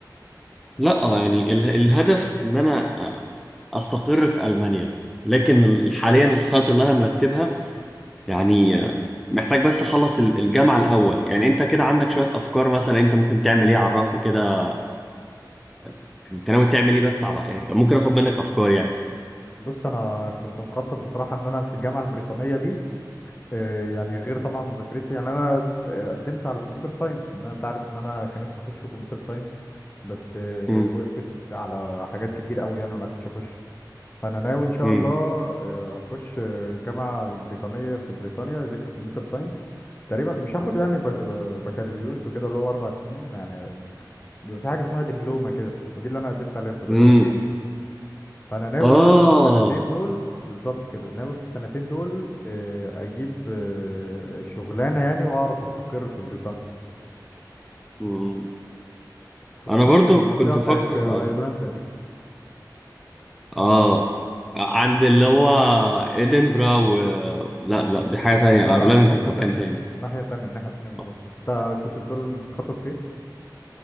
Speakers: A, in the centre; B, on the left (about 25°).
A: لا آه، يعني ال- الهدف إن أنا آه، أستقر في ألمانيا لكن ال- حاليا الخطط اللي أنا مرتبها يعني آه، محتاج بس اخلص ال- الجامعة الاول يعني انت كده عندك شوية افكار مثلا انت ممكن تعمل ايه عرفني كده يعني انت ناوي تعمل ايه بس على يعني لو ممكن اخد منك افكار يعني
B: بص انا كنت مخطط بصراحه ان انا في الجامعه البريطانيه دي آه، يعني غير طبعا مذاكرتي يعني انا آه، قدمت على كمبيوتر ساينس ان انا انت عارف ان انا كان نفسي اخش كمبيوتر ساينس بس آه،
A: امم
B: وقفت على حاجات كتير قوي انا ما عرفتش اخش فانا ناوي ان شاء
A: امم
B: الله آه، اخش آه، الجامعه البريطانيه في بريطانيا اذاكر كمبيوتر ساينس تقريبا مش هاخد يعني بك- بكالوريوس وكده اللي هو اربع سنين يعني بيبقى في حاجه اسمها دبلومه كده ودي اللي انا قدمت عليها بتبقى
A: امم
B: سنتين فانا ناوي
A: اه
B: بقى في السنتين دول بالظبط كده ناوي في السنتين دول آه، اجيب آه، شغلانه يعني واعرف استقر في بريطانيا
A: مم.
B: خصوصا
A: انا برضو
B: في المنطقه
A: كنت
B: بتاعت
A: بفكر
B: ايرلندا دي
A: اه عند اللي هو ادنبرا و لا لا دي حاجة تانية
B: لا
A: ايرلندا
B: لا في
A: دي
B: حته
A: في مكان
B: تانية
A: تاني
B: ناحيه تانية الناحيه التانية بالظبط
A: آه.
B: انت كنت بتقول بتخطط فيه